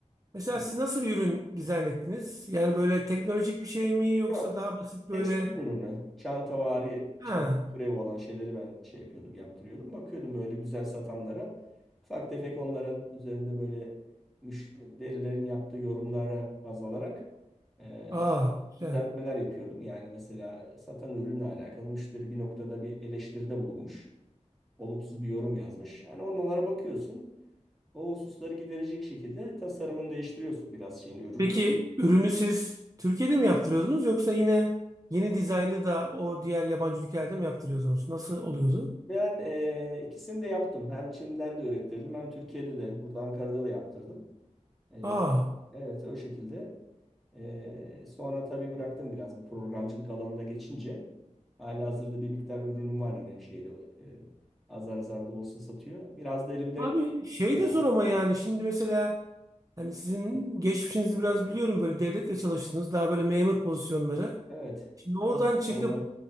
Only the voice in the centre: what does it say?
E,
Yok.
Tekstil ürünü, çantavari,
çanta türevi olan şeyleri ben şey yapıyordum, yaptırıyordum. Bakıyordum böyle güzel satanlara. Ufak tefek onların üzerinde böyle müşterilerin yaptığı yorumlara baz alarak e,
düzeltmeler yapıyordum. Yani mesela satan ürünle alakalı müşteri bir noktada bir eleştiride bulunmuş. Olumsuz bir yorum yazmış. Yani onlara bakıyorsun. O hususları giderecek şekilde tasarımını değiştiriyorsun biraz şeyin ürünün.
Ben e, ikisini de yaptım. Hem Çin'den de öğrettirdim hem Türkiye'de de burada Ankara'da da yaptırdım. E,
evet o şekilde. E, sonra tabii bıraktım biraz bu programcılık alanına geçince. Halihazırda bir miktar ürünüm var yine şeyde e, azar azar da olsa satıyor. Biraz da elimde
vardı.
Evet.
Kamu,
kamuda.